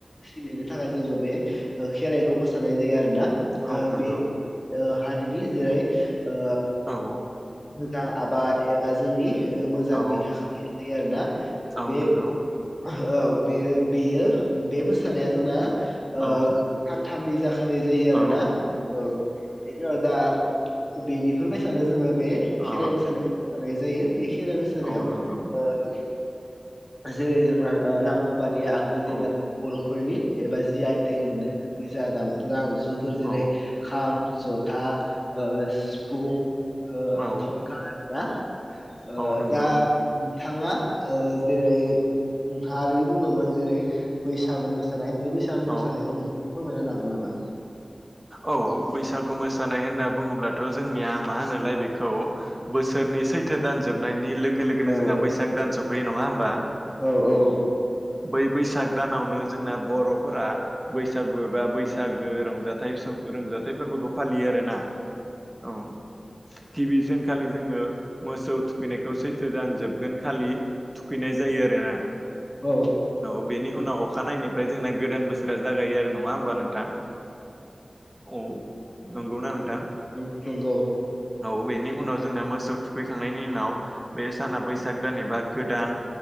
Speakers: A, on the left; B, on the right.
A: सिबिनो थाखाय जोङो बे ओ खेराइखौ मोसानाय जायो आरो। ना
B: औ
A: ओ
B: नंगौ
A: बे ओ हारिनि जेरै ओ
B: औ।
A: मोजां आबाद एबा जोंनि ओ मोजांनि
B: औ
A: थाखाय आरोना
B: औ
A: बे
B: नंगौ
A: औ बे बेयो बे मोसानाया जोंना ओ।
B: औ
A: थामनि जाख जायो आरो
B: औ
A: ना औ बेनि दा बेनिफोरबायसानो जोङो बे
B: ओ
A: खेराइ मोसानायखौ मोसानाय जायो। बे खेराय मोसानायायाव
B: औ नंगौ
A: ओ। जेरै जोंना ओ नांगौ बादि आगजु जेनेबा
B: औ
A: बर'फोरनि एबा। जि आइटेक मोननायज दामग्राा आगजुफोर जेरै
B: औ
A: खाम जथा। ओ सिफुं ओ
B: औ
A: थरखा ना। ओ
B: औ नंगौ
A: दा थाङा ओ जेरै। नोंथाङा ओ बुंदोंमोन जेरै बैसागु मोसानाय बे बैसागु
B: औ
A: मोसानायखौ नों। फोरमायना हागोन नामा।
B: औ बैसागु मोसानाय होनना बुङोब्लाथ' जोंनिया मा होनोलाय बेखौ बोसोर। नि सैथो दान जोबनायनि लोगो लोगोनो
A: औ
B: जोंहा बैसाग दान सफैयो नङा होमबा।
A: औ औ।
B: बै बैसाग दानावनो जोंना बर'फोरा बैसागु एबा बैसागो रंजा। थां रोंजाथाइ फोरबोखौ फालियो आरोना औ। गिबिसिनखालि जोङो मोसौ थुखैनायखौ सैथो दान जोबगोन खालि थुखैनाय ज जायो आरोना
A: औ
B: औ बेनि उनाव अखानायनिफ्राय जोंना गोदान बोसोरा जागायो आरो नङा होमबा नोंथां। औ नंगौना नोंथां।
A: नों नंगौ।
B: औ बेनि उनाव जोंना मोसौ थुखैखांनायनि उनाव बे साना बैसाग दान एबा गोदान।